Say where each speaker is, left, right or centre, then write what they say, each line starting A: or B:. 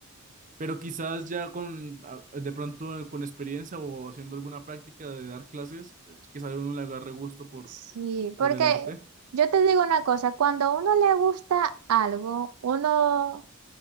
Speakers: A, on the right (about 35°); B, on the right (about 85°).
A: Pero quizás ya con, a- de pronto con experiencia o haciendo alguna práctica de dar clases, eh, quizás uno le agarre gusto por,
B: Sí,
A: por
B: porque
A: el arte.
B: yo te digo una cosa, cuando a uno le gusta algo, uno